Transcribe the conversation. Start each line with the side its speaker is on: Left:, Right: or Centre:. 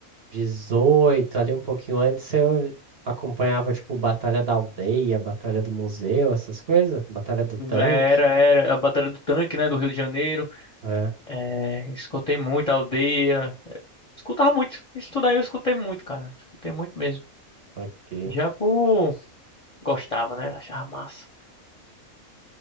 Right: dezoito, ali um pouquinho antes, eu acompanhava, tipo, Batalha da Aldeia, Batalha do Museu, essas coisas? Batalha do Tanque.
Left: é, Era, era. A Batalha do Tanque, né? Do Rio de Janeiro.
Right: É,
Left: É... Escutei muito a aldeia. Escutava muito. Isso tudo aí eu escutei muito, cara. Escutei muito mesmo.
Right: saquei.
Left: Já por. Gostava, né? Achava massa.